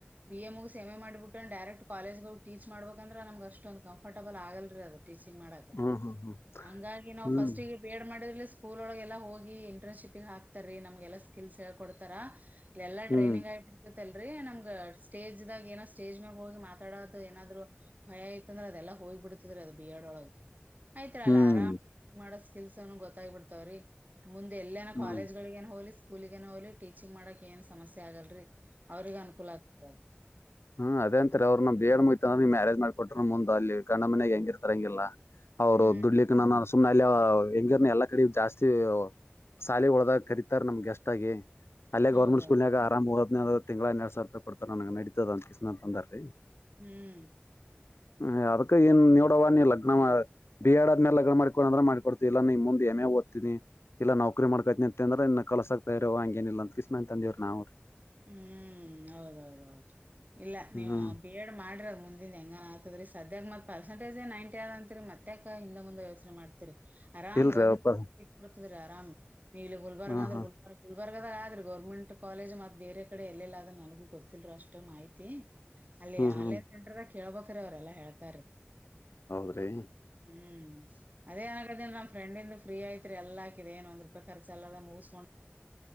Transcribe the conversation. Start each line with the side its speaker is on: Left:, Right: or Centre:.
Right: ಬಿ ಎ ಮುಗ ಎಮ ಎ ಮಾಡ್ಬಿಟ್ಟ ಡೈರೆಕ್ಟ್ ಕಾಲೇಜಗೆ ಹೋಗ್ವಿ ಟೀಚ್ ಮಾಡಬೇಕಂದ್ರ ನಮ್ಗೆ ಅಷ್ಟೊಂದು ಕಂಫರ್ಟಬಲ್ ಆಗಲ್ ಟೀಚಿಂಗ್ ಮಾಡಾಕ
Left: ಹ್ಮ್ ಹ್ಮ್
Right: ಹಂಗಾಗಿ
Left: ಹ್ಮ್
Right: ಫಸ್ಟ್ಗೆ ಬಿಎಡ್ ಮಾಡಾಕ ಸ್ಕೂಲ್ ಒಳಗೆ ಎಲ್ಲಾ ಹೋಗಿ ಇಂಟರ್ನ್ಶಿಪಿಗೆ ಹಾಕ್ತಾರಿ ನಮ್ಗೆಲ್ಲಾ ಸ್ಕಿಲ ಹೇಳ್ಕೊಡ್ತಾರ ಎಲ್ಲ
Left: ಹ್ಮ್
Right: ಟ್ರೈನಿಂಗ್ ಆಗುತ್ತಾ ನಮ್ಗ ಸ್ಟೇಜ್ ದಾಗ ಏನೋ ಸ್ಟೇಜ್ ಮಾಗ ಹೋಗಿ ಮಾತಾಡೋದು ಏನಾದ್ರು ಭಯ ಅಂದ್ರೆ ಅದೆಲ್ಲಾ ಹೋಗಿಬ ಬಿಡ ಬಿ ಎಡ್ ಒಳಗ್ ಆಯ್ತು ಅಲ್ಲ
Left: ಹ್ಮ್
Right: ಆರಾಮ್
Left: ಹ್ಮ್
Right: ಟೀಚಿಂಗ್ ಮಾಡ ಸ್ಕಿಲ್ಸ್ ಏ ಗೊತ್ತಾಗ ಬಿಡ್ತಾವ್ರೀ ಮುಂದೆ ಎಲ್ಲ ನೋ
Left: ಹ್ಮ್
Right: ಕಾಲೇಜ್ಗಳಗ ಏ ಹೋಲಿಸ ಸ್ಕೂಲಗನ ಹಲಿ ಟೀಚಿಂಗ್ ಮಾಡಕ್ ಏನ್ ಸಮಸ್ಯೆ ಆಗಲ್ರಿ ಅವ್ರಿಗೆಗ ಅನುಕೂಲ ಆಗ್ತದ
Left: ಹ್ಮ್ ಅದೇಂತಾರೆ ಅವ್ರ ನ ಬೇಡ್ ಮುಯ್ತ ಅ್ರ ಮ್ಯಾರೇ ಜ ಮಾಡ್ಕಟ್ರರು ಮುಂದ ಅಲ್ಲಿ ಗಂಡನಾ ಮನಗ್ ಹೆಂಗಿರ್ತಾರ ಹಂಗಿಲ್ಲ ಅವರು
Right: ಹ್ಮ್
Left: ದುಡ್ಲಿಕ್ಕೆ ನನ್ನ ಸುಮ್ನೆ ಅಲ್ಲಿ ಹೆಂಗಿರ್ನ ಎಲ್ಲಾ ಕಡೆ ಜಾಸ್ತಿ ಸಾಲಿ ಒಳ್ದಾಗ ಕರತಾರೆ ನಮ್ ಗೆಸ್ಟ್ ಆಗಿ ಅಲ್ಲೇ
Right: ಹೌದೌದು.
Left: ಗೋರ್ಮೆಂಟ್ ಸ್ಕೂಲ್ ಆಗ ಆರಾಮ ಹೋದ್ನ ತಿಂಗಳನ್ನ ಅನ್ನೆರಡು ಸಾವಿರ ರೂಪಾಯ ಕೊಡ್ತಾರ ನಡತದ ಅಂತಿಸಸಂದಾರೀ
Right: ಹ್ಮ್
Left: ಹ್ ಅದಕ್ಕ ಏನ್ ನೋಡವ ನೀ ಲಗ್ನ ಬಿ ಎಡ್ ಆದ್ಮೇಲೆ ಲಗ್ನ ಮಾಡಕೊಂಡ ಅಂದ್ರ ಮಾಡಕೊಡ್ತ ಇ ಮುಂದ ಹೆಮೆ ಗೊತಿನಿ ಇಲ್ಲ ನಕರಿ ಮಾಡ್ಕಾತನಿ ಅಂದ್ರ ಇನ್ ಕಲಸ ಆಕ್ತಾ ಇರವ ಹಂಗೇನಿಲ್ಲ ಅಂತೀಸ್ಮಮನ್ ತಂದವ್ರ ನಾವ್ರೀ
Right: ಹ್ಮ್ ಹೌದೌದೌದು ಇಲ್ಲ ನೀವ
Left: ಹ್ಮ್
Right: ಬಿ ಎಡ್ ಮಾಡ್ರಿ ಅದ್ ಮುಂದಿನ ಹೆಂಗನ್ ಆಗ್ತದ್ರಿ ಸದ್ಯಾಗ ಮತ್ ಪರ್ಸಂಟೇಜ ನೈಂಟಿ ಆದ ಅಂತರಿ ಮತ್ತ ಹಿಂದ ಮುಂದ ಯೋಚನೆ ಮಾಡ್ತಿರಿ ಆರಾಮ
Left: ಇಲ್ರಿ
Right: ಗೌರ್ಮೆಂಟ್
Left: ಅಪ್ಪ
Right: ಆರಾಮ್ ನೀ ಇಲ್ಲಿ ಗುಲ್ಬರ್ಗ
Left: ಹ್ಮ್
Right: ಅಂದ್ರ
Left: ಹ್ಮ್
Right: ಗುಲ್ಬರ್ಗ ಗುಲ್ಬರ್ಗದಾಗ ಆದ್ರಿ ಗೋರ್ಮೆಂಟ್ ಕಾಲೇಜ ಬೇರೆ ಕಡೆ ಎಲ್ಲೆಲ್ಲ ಆದ್ರ ನನಗೂ ಗೊತ್ತಿಲ್ರ ಅಷ್ಟ್ ಮಾಹಿತಿ ಅಲ್ಲಿ
Left: ಹ್ಮ್
Right: ಆನ್ಲೈನ್
Left: ಹ್ಮ್
Right: ಸೆಂಟರ್ ಕೇಳಬೇಕು ಅವರೆಲ್ಲ ಹೇಳ್ತಾರೆ
Left: ಹೌದ್ರಿ
Right: ಹ್ಮ್ ಅದೇ ಆದಾಗದ ನಮ್ಮ ಫ್ರೆಂಡ್ ಫ್ರೀ ಐತ್ರಿ ಎಲ್ಲಾಕಿದೆ ಏನ್ ಒಂದ್ ರೂಪಾಯಿಖರ್ಚು ಎಲ್ಲ ಮುಗಿಸಕೊಂಡ್